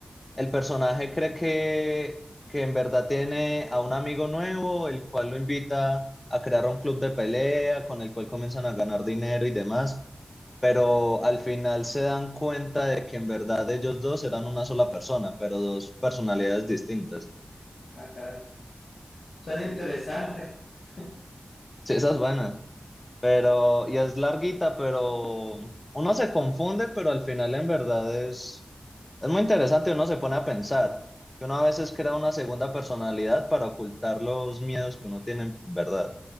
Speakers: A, on the left (about 25°); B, on the left (about 90°).
A: el personaje cree que, que en verdad tiene a un amigo nuevo, el cual lo invita a crear un club de pelea con el cual comienzan a ganar dinero y demás pero al final se dan cuenta de que en verdad ellos dos eran una sola persona, pero dos personalidades distintas.
B: Ah, caray. Suena interesante. <laughs>
A: Sí, esa es buena, pero, y es larguita, pero uno se confunde, pero al final en verdad es, es muy interesante y uno se pone a pensar que uno a veces crea una segunda personalidad para ocultar los miedos que uno tiene en verdad.